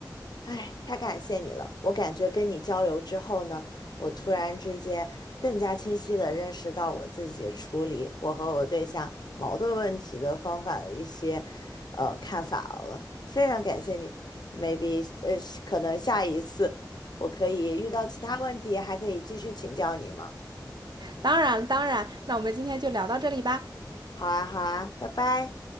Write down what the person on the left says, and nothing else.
哎，太感谢你了！我感觉跟你交流之后呢，我突然之间更加清晰地认识到我自己处理我和我对象矛盾问题的方法的一些呃看法了。非常感谢你，maybe 呃，可能下一次我可以遇到其他问题，还可以继续请教你吗？
好啊，好啊，拜拜。